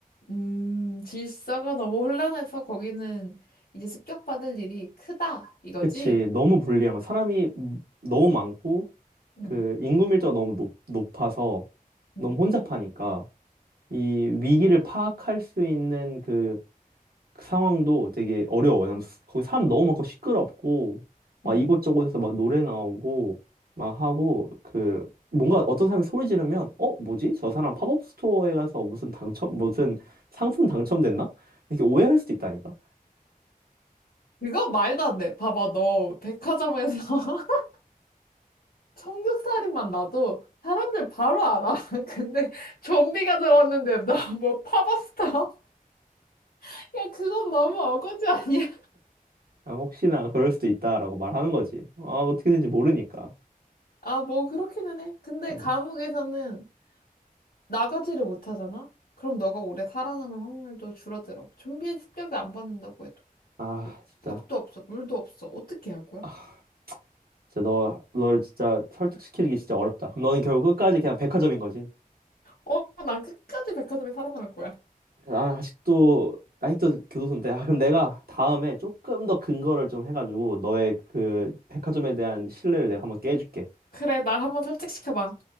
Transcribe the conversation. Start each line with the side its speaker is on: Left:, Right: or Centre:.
Left: 음, 질서가 너무 혼란해서 거기는 이제 습격받을 일이 크다, 이거지?
Right: 그치 너무 불리한 거 사람이 음, 너무 많고
Left: 응,
Right: 그 인구 밀도가 너무 높, 높아서
Left: 응,
Right: 너무 혼잡하니까 이 위기를 파악할 수 있는 그 그 상황도 되게 어려워요. 왜냐면 스- 거기 사람 너무 많고 시끄럽고 막
Left: 응.
Right: 이곳저곳에서 막 노래 나오고 막 하고 그 뭔가 어떤 사람이 소리 지르면 어 뭐지? 저 사람 팝업 스토어에 가서 무슨 당첨 무슨 상품 당첨됐나? 이렇게 오해할 수도 있다니까.
Left: 이건 말도 안 돼. 봐봐, 너 백화점에서 <laughs> 청국살인만 놔도 사람들 바로 알아. <laughs> 근데 좀비가 들어왔는데 나 뭐 파버스타? <laughs> 야, 그건 너무 어거지 아니야?
Right: 아, 혹시나 그럴 수도 있다라고 말하는 거지. 아, 어떻게 되는지 모르니까.
Left: 아, 뭐 그렇기는 해. 근데
Right: 응.
Left: 감옥에서는 나가지를 못하잖아? 그럼 너가 오래 살아남을 확률도 줄어들어. 좀비의 습격을 안 받는다고 해도.
Right: 아
Left: 뭐
Right: 진짜.
Left: 밥도 없어, 물도 없어. 어떻게 할 거야?
Right: 아, 진짜 너, 널 진짜 설득시키기 진짜 어렵다. 그럼 너는 결국 끝까지 그냥 백화점인 거지.
Left: 어, 난 끝까지 백화점에 살아남을 거야.
Right: 나는 아직도 나이트 교도소인데 아, 그럼 내가 다음에 조금 더 근거를 좀 해가지고 너의 그 백화점에 대한 신뢰를 내가 한번 깨줄게.
Left: 그래, 날 한번 설득시켜봐.